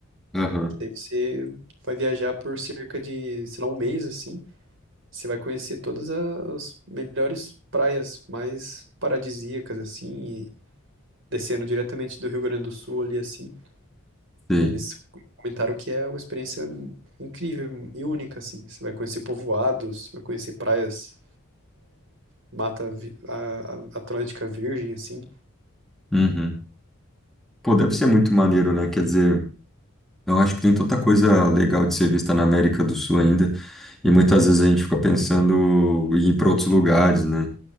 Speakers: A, in the centre; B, on the right (about 60°).
A: Ah, Aham.
B: Que daí você vai viajar por cerca de, sei lá, um mês assim. Você vai conhecer todas as melhores praias mais paradisíacas assim, e descendo diretamente do Rio Grande do Sul ali assim.
A: Sei.
B: Eles comentaram que é uma experiência incrível e única assim. Você vai conhecer povoados, vai conhecer praias, mata vi- a- a- Atlântica Virgem assim.
A: Uhum. Pô, deve ser muito maneiro, né? Quer dizer, eu acho que tem tanta coisa legal de ser vista na América do Sul ainda, e muitas vezes a gente fica pensando em ir para outros lugares, né?